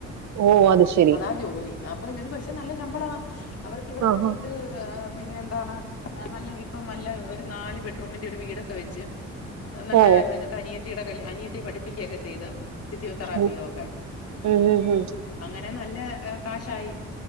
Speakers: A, on the right (about 65°); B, on the left (about 50°).
A: ഓ അത് ശെ-
B: അതാ ജോലി അപ്പ എന്നിട്ട് പക്ഷെ നല്ല ശമ്പളമാ അവർക്കിവിടെ
A: ആഹ്
B: വന്നിട്ട്
A: ആഹ്
B: പിന്നെ എന്താണ് നല്ല വിപ്പം നല്ല ഒരു നാല് ബെഡ്റൂമിന്റെ ഒരു വീടൊക്കെ വെച്ച് ന്നല്ലേ
A: ഓ
B: എന്നിട്ട് അനിയത്തിയുടെ കൽ അനിയത്തിയെ പഠിപ്പിക്കൊക്കെ ചെയ്ത് ഫിസിയോതെറാപ്പിയോ
A: ഉം
B: ഒക്കെ.
A: ഉം ഉ ഹിം
B: പിനെ ന്നല്ലേ ഏ കാശായി